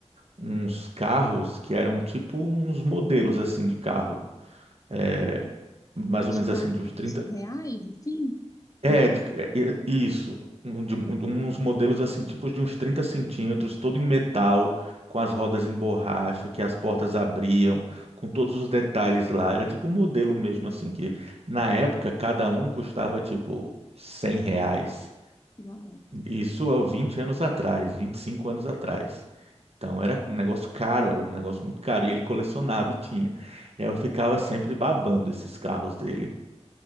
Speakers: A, on the right; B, on the left.
A: uns carros que eram tipo uns modelos assim de carro, é, mais
B: A de
A: ou menos
B: carros
A: assim de uns trinta
B: reais, assim? Imitação.
A: é, de- é, é, isso, um- de, um- de uns modelos assim, tipos de uns 30 centímetros, todo em metal, com as rodas em borracha, que as portas abriam, com todos os detalhes lá. Era tipo um modelo mesmo assim, que na época cada um custava tipo 100 reais.
B: Uau.
A: Isso há 20 anos atrás, 25 anos atrás. Então era um negócio caro, era um negócio muito caro. E ele colecionava e tinha. E aí eu ficava sempre babando esses carros dele.